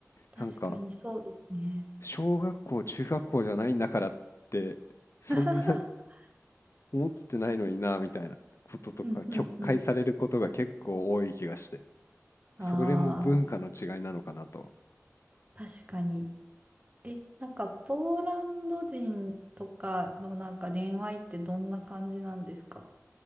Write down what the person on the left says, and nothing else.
なんか小学校、中学校じゃないんだからって、そんな
思ってないのになみたいなこととか曲解されることが結構多い気がして
それも文化の違いなのかなと